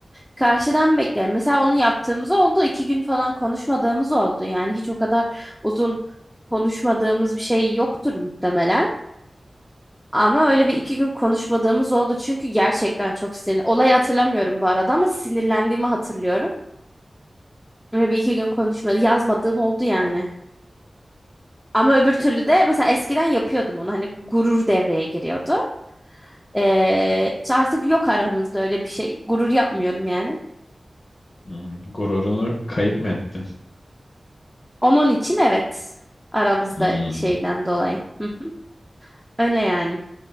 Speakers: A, in the centre; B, on the left.
A: Karşıdan beklerim. Mesela onu yaptığımız oldu. iki gün falan konuşmadığımız oldu. Yani hiç o kadar uzun konuşmadığımız bir şey yoktur muhtemelen. Ama öyle bir iki gün konuşmadığımız oldu. Çünkü gerçekten çok sinir. Olayı hatırlamıyorum bu arada ama sinirlendiğimi hatırlıyorum. Öyle bir iki gün konuşmadı, yazmadığım oldu yani. Ama öbür türlü de mesela eskiden yapıyordum onu. Hani gurur devreye giriyordu. Ee, işte artık yok aramızda öyle bir şey. Gurur yapmıyorum yani.
B: Hmm, Gururunu kayıp mı ettin?
A: Onun için evet. Aramızda
B: Hmm.
A: şeyden dolayı. Hı hı. Öyle yani.